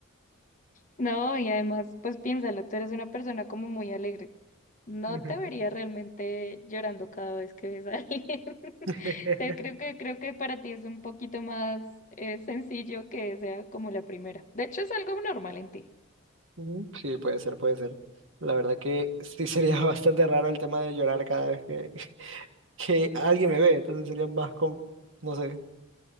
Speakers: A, on the left; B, on the right.
A: No, y además, pues piénsalo, tú eres una persona como muy alegre. No
B: Ujú.
A: te vería realmente llorando cada vez que ves a alguien.
B: <laughs>
A: <laughs> te creo que creo que para ti es un poquito más eh, sencillo que sea como la primera. De hecho, es algo normal en ti.
B: Ujú, Sí, puede ser, puede ser. La verdad que sí sería <laughs> bastante raro el tema de llorar cada vez que, <laughs> que alguien me ve, entonces sería más con, no sé.